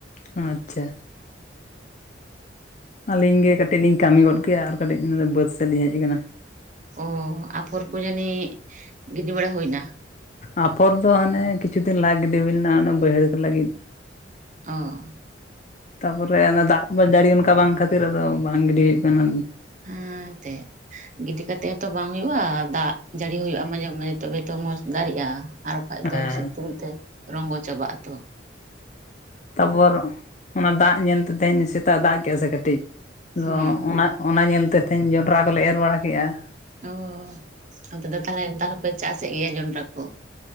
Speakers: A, on the left; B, on the right.
A: ᱟᱪᱪᱷᱟ᱾ ᱟᱹᱞᱤᱧ ᱜᱮ ᱠᱟᱹᱴᱤᱡ ᱞᱤᱧ ᱠᱟᱹᱢᱤ ᱜᱚᱫ ᱠᱮᱜ-ᱟ ᱟᱨ ᱠᱟᱹᱴᱤᱡ ᱵᱟᱹᱫᱽ ᱥᱮᱫ ᱞᱤᱧ ᱦᱮᱡ ᱟᱠᱟᱱᱟ᱾
B: ᱚ ᱟᱯᱷᱚᱨ ᱠᱚ ᱡᱟᱱᱤᱡ ᱜᱤᱰᱤᱤ ᱵᱟᱲᱟ ᱦᱩᱭᱱᱟ?
A: ᱟᱯᱷᱚᱨ ᱫᱚ ᱦᱟᱱᱮ ᱠᱤᱪᱷᱩ ᱫᱤᱱ ᱞᱟᱦᱟ ᱜᱤᱰᱤ ᱦᱩᱭ ᱞᱮᱱᱟ ᱚᱱᱟ ᱵᱟᱹᱭᱦᱟᱹᱲ ᱠᱚ ᱞᱟᱹᱜᱤᱫ᱾
B: ᱚᱻ
A: ᱛᱟᱯᱚᱨᱮ ᱚᱱᱟ ᱫᱟᱜ ᱡᱟᱹᱲᱤ ᱚᱱᱠᱟ ᱵᱟᱝ ᱠᱷᱟᱹᱛᱤᱨ ᱟᱫᱚ ᱵᱟᱝ ᱜᱤᱰᱤ ᱦᱩᱭᱩᱜ ᱠᱟᱱᱟ᱾
B: ᱟᱨ ᱛᱮ ᱜᱤᱰᱤ ᱠᱟᱛᱮ ᱦᱚᱸᱛᱚ ᱵᱟᱝ ᱦᱩᱭᱩᱜᱼᱟ ᱫᱟᱜ ᱡᱟᱹᱲᱤ ᱦᱩᱭᱩᱜ-ᱟ ᱢᱟᱡᱷᱮ ᱢᱟᱡᱷᱮ ᱛᱚᱵᱮ ᱛᱚ ᱢᱚᱸᱡᱽ᱾ ᱫᱟᱨᱮᱜ-ᱟ, ᱟᱨ ᱵᱟᱠᱷᱟᱡ
A: ᱦᱮᱸ
B: ᱫᱚ ᱥᱤᱛᱩᱝ ᱛᱮ ᱨᱚᱝᱜᱚ ᱪᱟᱵᱟᱜ ᱟᱛᱚ ᱾
A: ᱛᱟᱯᱚᱨ ᱚᱱᱟ ᱫᱟᱜ ᱧᱮᱞ ᱛᱮ ᱛᱦᱮᱧ ᱥᱮᱛᱟᱜ ᱮ ᱫᱟᱜ ᱠᱮᱫᱟ ᱥᱮ ᱠᱟᱹᱴᱤᱡ, ᱟᱫᱚ
B: ᱦᱩᱸ
A: ᱚᱱᱟ ᱚᱱᱟ ᱧᱮᱞ ᱛᱮ ᱛᱮᱦᱧ ᱡᱚᱸᱰᱨᱟ ᱠᱚᱞᱮ ᱮᱨ ᱵᱟᱲᱟ ᱠᱮ-ᱟ ᱾
B: ᱚᱻ, ᱟᱯᱮ ᱫᱚ ᱛᱟᱞᱦᱮ ᱱᱮᱛᱟᱨ ᱦᱚᱯᱮ ᱪᱟᱥᱮᱜ ᱜᱮᱭᱟ ᱡᱚᱸᱰᱨᱟ ᱠᱚ?